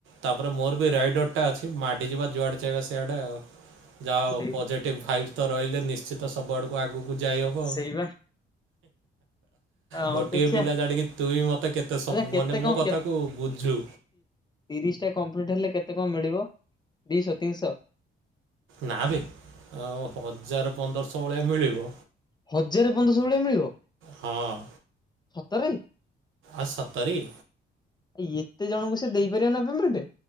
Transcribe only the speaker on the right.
ତାପରେ ମୋର ବି ରାଇଡରଟା ଅଛି ମାଡି ଯିବା ଯୁଆଡେ ଚାହିଁବା ସିଆଡେ ଆଉ। ଯାହା ହଉ
ପଜେଟିଭ ଭାଇଭସ ତ ରହିଲେ ନିଶ୍ଚିତ ସ ସବୁ ଆଡ଼ୁକୁ ଆଗୁ ଉ ଯାଇ ହବ।
ଗୋଟିଏ
ପିଲା ଜାଣିକି ତୁଇ ମତେ କେତେ ସବୁ
ମାନେ
ମୋ କଥାକୁ ବୁଝୁ।
ନାଁ ବେ ଅ ହଜାରେ ପନ୍ଦରଶ ଭଳିଆ ମିଳିବ
ହ ହଁ
ଆ ସତର କି?